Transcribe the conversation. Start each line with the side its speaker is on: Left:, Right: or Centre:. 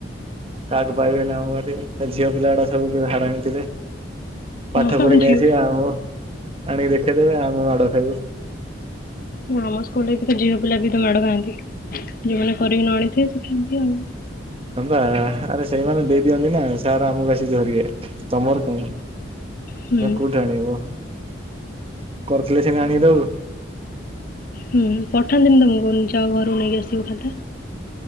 Right: କା କୁ ପାଇବେନି ଆମ କୁ ବାଡ଼େଇ ବେ ଝିଅ ପିଲା ଗୁଡ଼ା ସବୁ ହାରାମି ଥିଲେ। ପାଠ
Left: ହଁ
Right: କରି ନେଇଆସିବେ
Left: ଝିଅ
Right: ଆଉ ଆଣିକି ଦେଖେଇଦେବେ ଆମେ ମାଡ ଖାଇବୁ।
Left: ନା ଆମ ସ୍କୁଲରେ ବି ତ ଝିଅ ପିଲା ବି ମାଡ଼ ଖାଆନ୍ତି। ଯୋଉ ମାନେ କରିକି ନଆଣିଥିବେ ସେ ଖାଆନ୍ତି ଆଉ।
Right: ହଁ ପା ଆରେ ସେଇମାନେ ଦେଇ ଦିଅନ୍ତି ନା ସାର ଆମକୁ ଆସିକି ଧରିବେ। ତମର କଣ ତମେ
Left: ହୁଁ
Right: କୋଉଠୁ ଆଣିବ? କରିଥିଲେ ସିନା ଆଣିକି ଦବୁ
Left: ହୁଁ ପଠାନ୍ତିିନ ତମକୁ ଯା ଘରୁ ନେଇକି ଆସିବ ଖାତା